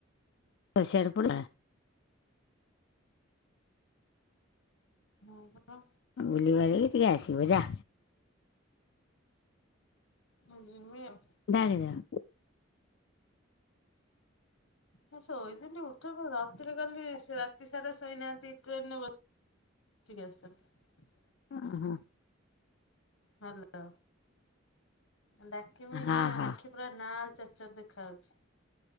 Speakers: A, on the left; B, on the left.
A: ହଁ ସିଆଡ଼େ ପଢ଼ିଲା
B: ହୁଁ ହଁ।
A: ବୁଲିବାଲିକି ଟିକେ ଆସିବ ଯା।
B: ହୁଁ ଯିମି ଆଉ।
A: <unintelligible>
B: ମୁଁ ଶୋଇଥିଲି ଉଠେଇ ପକା। ରାତିରେ କାଲି ରାତି ସାରା ଶୋଇନାହାନ୍ତି ଟ୍ରେନରେ ବ ସିକି ଆସିଚନ୍ତି।
A: ଅ ହଁ।
B: ହାଲୋ। ଡାକିମି ଏଇଖିନା
A: ହଁ ହଁ
B: ଆଖି ପୁରା ନାଲ୍ ଚାଚାର ଦେଖା ହଉଛି।